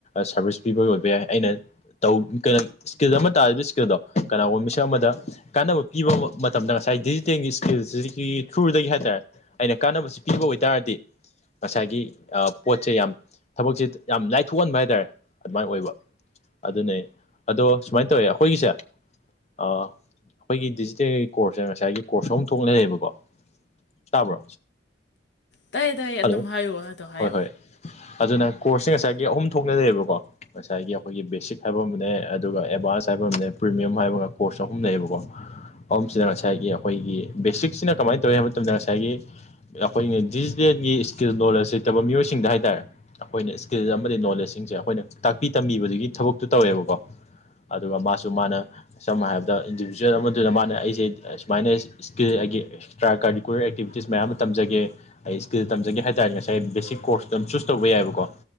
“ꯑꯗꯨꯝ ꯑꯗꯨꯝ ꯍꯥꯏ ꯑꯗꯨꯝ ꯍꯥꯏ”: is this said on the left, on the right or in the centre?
Left